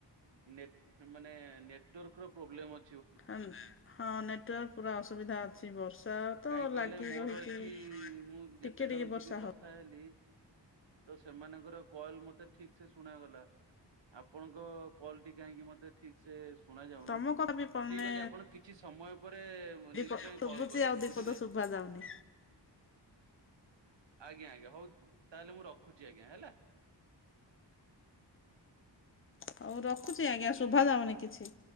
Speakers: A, on the right (about 85°); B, on the left (about 30°).
A: ମାନେ, ନେଟ୍ ମାନେ ନେଟ୍ ୱାର୍କ ର ପ୍ରୋବ୍ଲେମ ଅ
B: ହାଁ -ହଁ ନେଟୱାର୍କ ପୁରା ଅସୁବିଧା ଅଛି ବର୍ଷା ତ
A: କାଇଁ କହିଲେ
B: ଲାଗି
A: ମୋର
B: ରହିଛି।
A: ଏଠି ମୁଁ ଯେତେ
B: ଟିକେ
A: ଜଣଙ୍କୁ
B: ଟିକେ ବର୍ଷା
A: ବି କଥା
B: ହଉ
A: ହେଲି ତ ସେମାନଙ୍କର କଲ୍ ମତେ ଠିକ୍ ସେ ଶୁଣାଗଲା ଆପଣଙ୍କ କଲ୍ ଟି କାହିଁକି ମତେ ଠିକ୍ ସେ ଶୁଣ ଯାଉନି
B: ତମ କଥା ବି ମାନେ
A: ଠିକ୍ ଅଛି ଆପଣ କିଛି ସମୟ ପରେ
B: ଦିପ
A: ନିଶ୍ଚୟ
B: ଶୁଭୁଛି
A: କଲ୍ କରିବେ
B: ଆଉ ଦିପଦ
A: ବୁଝିଲେ
B: ଶୁଭା ଯାଉନି।
A: -ଆଜ୍ଞା ଆଜ୍ଞା ହଉ ତାହେଲେ ମୁଁ ରଖୁଚି ଆଜ୍ଞା ହେଲା।
B: ହଉ ରଖୁଚି ଆଜ୍ଞା ଶୁଭାଯାଉନି କିଛି।